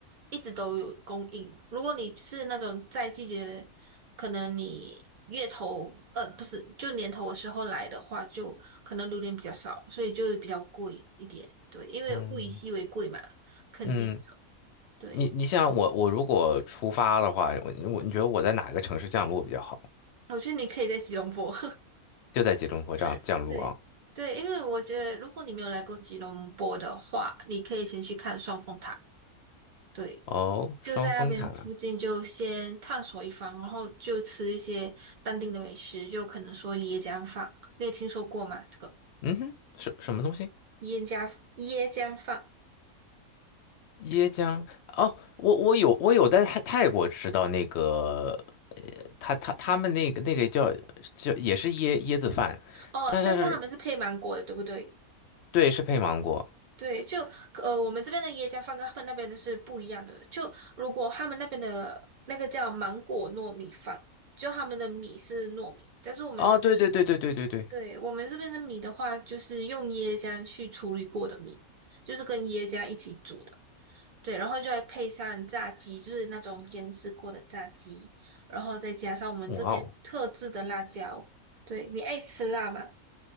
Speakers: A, on the right (about 75°); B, on the left (about 65°).
A: 一直都有供应。如果你是那种在季节的，可能你月头，呃，不是，就年头的时候来的话，就可能榴莲比较少，所以就比较贵一点。对，因为物以稀为贵嘛，
B: 嗯
A: 肯定的。
B: 嗯，
A: 对，
B: 你你像我我如果出发的话，我我你觉得我在哪个城市降落比较好？
A: 我觉得你可以在吉隆坡。
B: 就在吉隆坡降降落啊？
A: <laughs> 对对，因为我觉得如果你没有来过吉隆坡的话，你可以先去看双峰塔。对。
B: 哦，
A: 就在那边附近就先探索一番，
B: 双峰塔，
A: 然后就吃一些当地的美食，就可能说椰浆饭，你有听说过吗？这个
B: 嗯哼，什什么东西？
A: 椰浆椰浆饭
B: 椰浆哦，我我有我有在泰泰国吃到那个他他他们那个那个叫叫也是椰椰子饭，
A: 哦，
B: 他他是
A: 但是他们是配芒果的，对不对？
B: 对是配芒果
A: 对，就呃，我们这边的椰浆饭跟他们那边的是不一样的。就如果他们那边的那个叫芒果糯米饭，就他们的米是糯米，但是我们这边的，
B: 哦，对对对对对对对，
A: 对，我们这边的米的话，就是用椰浆去处理过的米，就是跟椰浆一起煮的。对，然后就再配上炸鸡，就是那种腌制过的炸鸡，然后再加上我们这边特制的辣椒。
B: 哇哦，
A: 对，你爱吃辣吗？